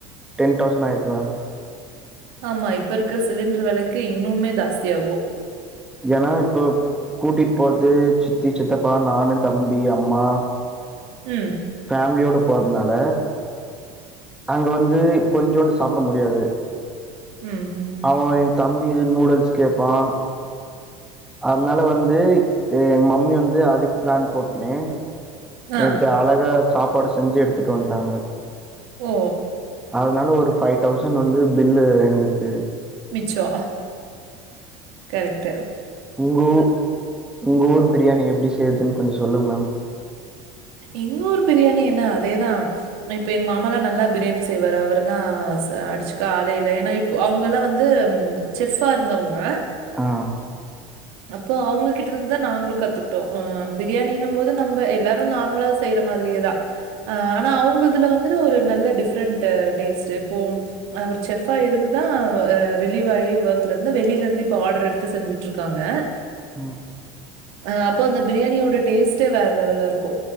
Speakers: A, in the centre; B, on the right.
A: டென் தௌசண்ட் ஆயிடுது மேம்
B: ஆமா இப்ப இருக்கிற சிலிண்டர் வெலைக்கு இன்னுமே ஜாஸ்தி ஆகு
A: ஏன்னா இப்ப கூட்டிட்டு போறது சித்தி சித்தப்பா நானு தம்பி அம்மா
B: ம்
A: ஃபேமிலியோடு போறதுனால அங்க வந்து கொஞ்சோண்டு சாப்புட முடியாது
B: ம் ம்
A: அவ என் தம்பி நூடுல்ஸ் கேப்பா அத்னால வந்து எங் மம்மி வந்து அதுக் பிளான் போட்மே நேத்து
B: ஆ.
A: அழகா சாப்பாடு செஞ்சு எடுத்துட் வன்ட்டாங்க
B: ஏ
A: அதனால ஒரு ஃபைவ் டௌசண் வந்து பில்லு எங்ளுக்கு
B: மிச்சோ கரெக்ட்
A: உங்க ஊ உங்க ஊர் பிரியாணி எப்டி செய்யற்துன் கொஞ்ச சொல்லுங் மேம்
B: எங்க ஊர் பிரியாணி என்ன அதேதா ம ப்ப எங் மாமாலா நல்லா பிரியாணி செய்வாரு. அவரெல்லா ஸ அடிச்சுக்க ஆளே இல்ல ஏன்னா அவங்கல்லா வந்து செஃப்பா ருந்தவுங்க
A: ஆ
B: அப்போ அவுங்ககிட்டருந்துதா நாங்ளு கத்துக்ட்டோ அ பிரியாணினம்போது நம்ப எல்லாரு நார் முல செய்ற மாதிரியேதா அ ஆனா அவுங்க இதுல வந்துடு ஒரு நல்ல டிஃப்ரெண்ட் டேஸ்ட் ப்போ அவுர் செஃப்பா இருந்து தா அ ரிலீவ் ஆயி ஒக்லருந்து வெளிலருந்து ப்ப ஆர்டர் எடுத்து செஞ்சுட்ருக்காங்க
A: ம்
B: அ அப்போ அந்த பிரியாணியோட டேஸ்ட்டே வேற ளெவல்ல இருக்கு